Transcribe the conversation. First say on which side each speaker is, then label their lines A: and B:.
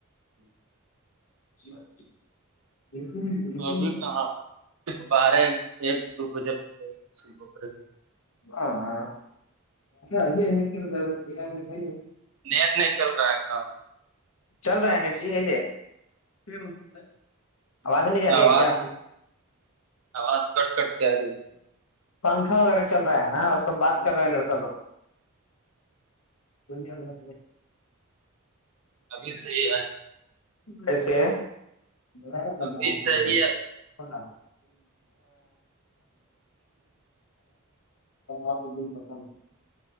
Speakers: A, on the right (about 65°); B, on the left (about 80°).
A: ہ
B: ب
A: تو ابھی کہاں بارہ ایک دو بجے لگ جائے کر
B: ہاں ہاں آئی پھر ادھر بانی بھائی ہے
A: نیٹ نہیں چل رہا ہے کام
B: چل رہا ہے نفچیسے ہو ہے آواز نہیں جا رہی
A: آواز
B: کیا
A: آواز کٹ کٹ کے آ رہی ہے.
B: پنکھا وغیرہ چل رہا ہے نا اور سب بات کر رہے ہیں لڑکا لوگ دھر کیا گھنا
A: ابھی صحیح ہے
B: کیسے ہیں با
A: ابھی
B: آپ رہ
A: صحیح
B: کش
A: ہے
B: بس آپ آ پتا